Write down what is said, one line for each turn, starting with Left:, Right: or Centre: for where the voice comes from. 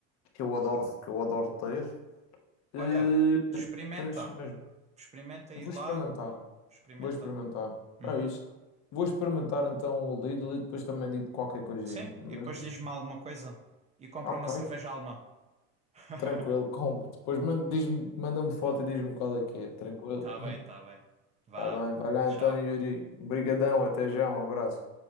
Left: que eu adoro, que eu adoro ter. E,
Right: olha, experimenta.
Left: por isso mesmo,
Right: Experimenta ir
Left: eu vou
Right: lá,
Left: experimentar.
Right: experimenta.
Left: Vou experimentar.
Right: Uhum.
Left: É isso. Vou experimentar então o Lidl e depois também digo qualquer coisinha.
Right: Sim,
Left: Mas
Right: e depois diz-me alguma coisa. E compra
Left: ok,
Right: uma cerveja alemã. <laughs>
Left: tranquilo, compro. Depois manda- diz-me- manda-me foto e diz-me qual é que é. Tranquilo.
Right: Tá bem, tá bem. Vá,
Left: Tá bem, vai lá
Right: tchau.
Left: então, Yuri. Obrigadão, até já, um abraço.